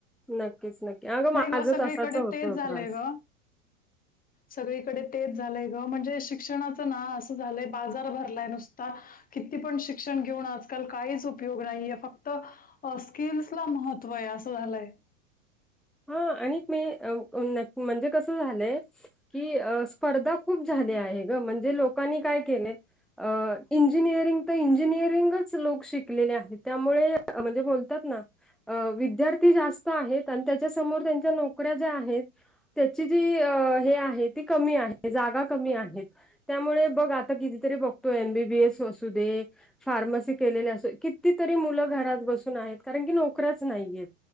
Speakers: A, in the centre; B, on the left (about 20°).
A: नक्कीच नक्की अगं
B: नाही
A: माझं
B: ग, सगळीकडे
A: तसाच होतो
B: तेच
A: त्रास
B: झालंय ग. सगळीकडे तेच झालंय ग, म्हणजे शिऽ शिक्षणाच ना, असं झालंय, बाजार भरलाय नुसताज्ञऽ किती पण शिक्षण घेऊन आजकाल काहीच उपयोग नाहीये, फक्त. अ स्किल्स ला महत्त्व आहे असं झालंय.
A: हा, आणि मी म्हणजे कस झालंय? कि स्पर्धा खूप झाली आहे ग,, म्हणजे लोकांनी काय केले? अ इंजिनिअरिंग तर इंजिनिअरिंगच लोक शिकलेले आहेत, त्यामुळे म्हणजे बोलतात नाऽ अ, विद्यार्थी जास्त आहेत, आणि त्याच्या समोर त्यांच्या नोकऱ्या ज्या आहेतऽ त्याची जी, हे आहे ती कमी आहे, जागा कमी आहेत. त्यामुळे बघ, आता कितीतरी बघतो एमबीबीएस असू दे, फार्मसी केलेले असं कितीतरी मुलं घरात बसून आहेत कारण की नोकऱ्याच नाहीयेत.